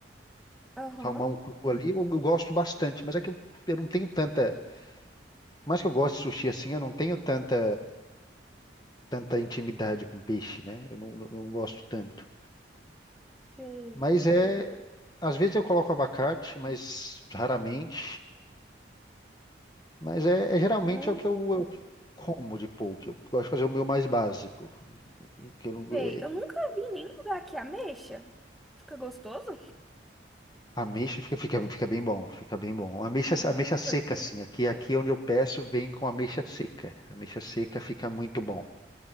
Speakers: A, in the centre; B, on the left (about 20°).
A: Aham.
B: salmão cru ali, eu, eu gosto bastante, mas é que eu, eu não tenho tanta, mais que eu gosto de sushi assim, eu não tenho tanta tanta intimidade com peixe, né? Eu não, não- não gosto tanto.
A: sei.
B: Mas é. Às vezes eu coloco abacate, mas raramente. Mas é, é geralmente
A: Hum,
B: é o que eu, eu como de pouco. Eu gosto de fazer o meu mais básico. o Que eu não,
A: sei.
B: é,
A: Eu nunca vi em nenhum lugar que ameixa. Fica gostoso?
B: ameixa fica, fica, fica bem bom, fica bem bom. Ameixa,
A: Hum,
B: ameixa seca,
A: vou experimentar.
B: assim. Aqui, aqui onde eu peço, vem com ameixa seca. Ameixa seca fica muito bom.